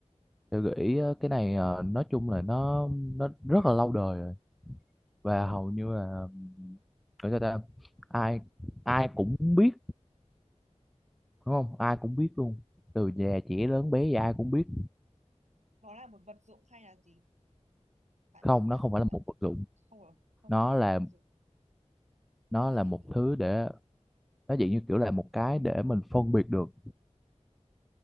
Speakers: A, in the centre; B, on the right (about 70°).
A: cho gợi ý ờ, cái này ờ, nói chung
B: ừ
A: là nó nó rất là lâu đời rồi và hầu như là ừm, gọi sao ta ai ai cũng biết đúng không ai cũng biết luôn từ già trẻ lớn bé gì ai cũng biết
B: nó là một vật dụng hay là gì bạn
A: không
B: bạn
A: nó không phải là
B: bạn
A: một vật dụng
B: không rồi, không
A: nó
B: phải là một
A: là
B: vật dụng
A: nó
B: nó là
A: là
B: cái
A: một
B: gì
A: thứ để nó dạng như kiểu là một cái để mình phân biệt được